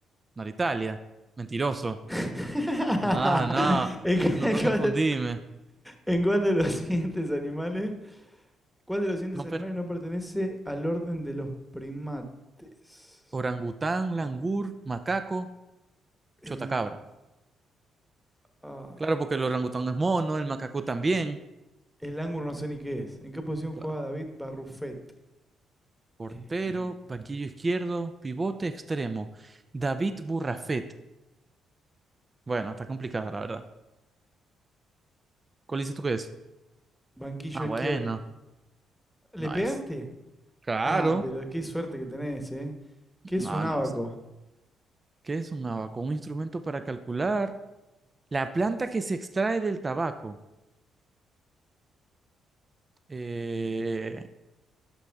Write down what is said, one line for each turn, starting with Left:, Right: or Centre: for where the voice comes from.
Right: no era Italia. Mentiroso.
Centre: <laughs>
Right: No, no,
Centre: ¿En qué-
Right: no,
Centre: en
Right: no confundíme.
Centre: cuál, en cuál de los siguientes animales? ¿Cuál de los siguientes
Right: No
Centre: animales
Right: per-
Centre: no pertenece al orden de los primates?
Right: Orangután, langur, macaco,
Centre: Eh,
Right: chotacabra.
Centre: ah,
Right: Claro, porque el orangután es mono, el macaco también.
Centre: el ángulo no sé ni qué es. ¿En qué posición
Right: Claro.
Centre: juega David Barrufet?
Right: Portero,
Centre: Eh,
Right: banquillo izquierdo, pivote extremo. David Burrafet. Bueno, está complicada, la verdad. ¿Cuál dices tú que es?
Centre: banquillo
Right: Ah,
Centre: izquierdo.
Right: bueno,
Centre: ¿Le
Right: no
Centre: pegaste?
Right: es. Claro.
Centre: Ah, pero qué suerte que tenés, ¿eh? ¿Qué es
Right: No,
Centre: un ábaco?
Right: no. ¿Qué es un abaco? Un instrumento para calcular. La planta que se extrae del tabaco. Eh,